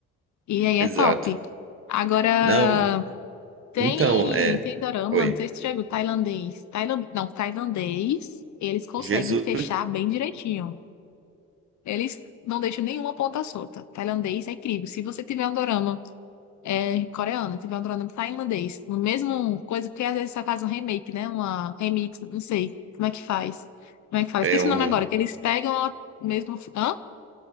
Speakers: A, on the left; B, on the right.
A: E aí
B: Exato.
A: é top. Agora.
B: Não,
A: Tem,
B: então, é.
A: tem dorama,
B: Oi.
A: não sei se tu já viu, tailandês. Tailand, não, tailandês, eles conseguem
B: Jesus
A: fechar bem direitinho. Eles não deixam nenhuma ponta solta. Tailandês é incrível. Se você tiver um dorama é, coreano, tiver um dorama tailandês, no mesmo coisa, porque às vezes só faz um remake, né? Uma remix, não sei como é que faz. Como é que faz?
B: é
A: Esqueci
B: um.
A: o nome agora, que eles pegam a mesmo. Hã?